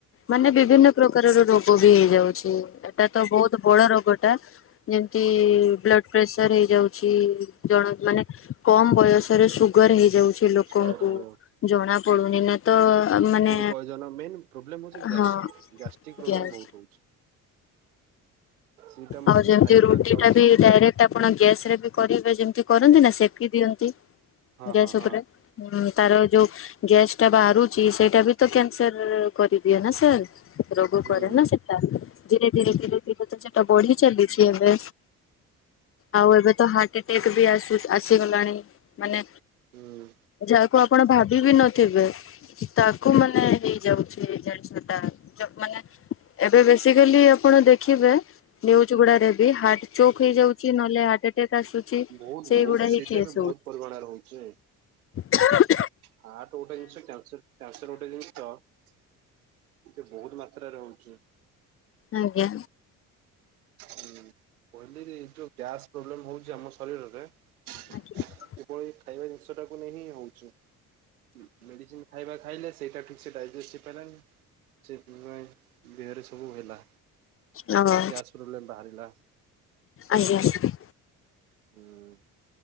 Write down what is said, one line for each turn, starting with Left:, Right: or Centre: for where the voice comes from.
Left: ମାନେ
Right: ହୁଁ
Left: ବିଭିନ୍ନ ପ୍ରକାରର ରୋ ଗବି ହେଇଯାଉଛି ଏଟା ତ ବହୁତ ବଡ ରୋଗଟା ଯେମିତି ବ୍ଲଡ ପ୍ରେସର ହେଇଯାଉଛି ଜଣ ମାନେ କମ ବୟସ ଥରେ ସୁଗର ହେଇଯାଉ ଛି ଲୋକଙ୍କୁ
Right: ସୁଗାର ହେଇଯାଉଛି।
Left: ଜଣା ପ ପ <unintelligible> ତ ମାନେ
Right: ଫୁଡ ପଏଜନ ମେନ୍ ପ୍ରୋବ୍ଲେମ୍ ହଉଛି ଗ୍ୟାସ
Left: ହଁ
Right: ଗ୍ୟାଷ୍ଟ୍ରିକ୍ ପ୍ରୋବ୍ଲେମ
Left: ଗ୍ୟାସ୍।
Right: ବହୁତ ହଉଛି। ସେଇଟା ଆମ
Left: ଆଉ
Right: ଯୋଉ
Left: ଯେମତି
Right: ଖାଇବା
Left: ରୁଟି
Right: ଖାଉଛେ
Left: ଟା ବି ଡାଇରେକ୍ଟ ଆପଣ ଗ୍ୟାସ ରେ ବି କରିବେ ଯେମତି କରନ୍ତି ନା ସେକି ଦିଅନ୍ତି
Right: ହଁ
Left: ଗ୍ୟାସ
Right: ହଁ ହଁ
Left: ଉପରେ ତାର ଯୋଉ ଗ୍ୟାସ୍ ଟା ବାହାରୁଛି ସେଇଟା ବି ତ କ୍ୟାନସେର-ର-ର କରିଦିଏ ନା ସାର୍। ରୋଗ
Right: ହୁଁ।
Left: କରେ ନା ସେଟା ଧୀରେ ଧୀରେ ଧୀରେଧି ପ <unintelligible> ତ ବଢି ଚାଲିଛି ଏବେ ଆଉ ଏବେ ତ ହାର୍ଟ ଏଟାକ ବି ଆସୁ ଆସିଗଲାଣି ମାନେ
Right: ହୁଁ
Left: ଯାାଉ ଆପଣ ଭାବିବି ନଥିବେ ତାକୁ ମାନେ ହେଇଯାଉଛି ଜିନିଷ ଟା ମାନେ ଏବେ ବେସିକାଲି ଆପଣ ଦେଖିବେ ନିଜ୍ୟୁ ଗୁଡ଼ାରେବ ବି ହାର୍ଟ ଚୋକ୍ ହେଇଯାଉଛି ନହେଲେ ହାର୍ଟ ଆଟାକ୍ ଆସୁଛି।
Right: ବହୁତ
Left: ସେଇଗୁଡା
Right: ବହୁତ
Left: ହିଁ
Right: ସେଇଟ
Left: କେସ୍
Right: ବି ବହୁତ ପରିମାଣ ରହୁଛି
Left: ଖାଁ ଉଁ
Right: ହାର୍ଟ ଗୋଟେ ଜିନିଷ କ୍ୟାନସର ଗୋଟେ ଜିନିଷ ଟିକେ ବହୁତ ମାତ୍ରାରେ ହଉଛି।
Left: ଆଜ୍ଞା
Right: ହୁଁ। କହିଲି ଯୋଉ ଗ୍ୟାସ ପ୍ରୋବ୍ଲେମ ହଉଛି ଆମ ଶରୀରରେ କିଭଳି
Left: ଆଜ୍ଞା
Right: ଖାଇବା ଜିନିଷ ଟାକୁ ନେଇ ହିଁ ହଉଛି ହୁଁ ମେଡିସିନ ଖାଇବା ଖାଇଲେ ସେଇଟା ଠିକ ସେ ଡାଇଜେଷ୍ଟ ହେଇପାରିଲାନି ସେଥିାଇ ଦେହରେ ସବୁ ହେଲା
Left: ହଁ
Right: ଗ୍ୟାସ ପ୍ରୋବ୍ଲେମ ବାହାରିଲା।
Left: ଆଜ୍ଞା
Right: ହୁଁ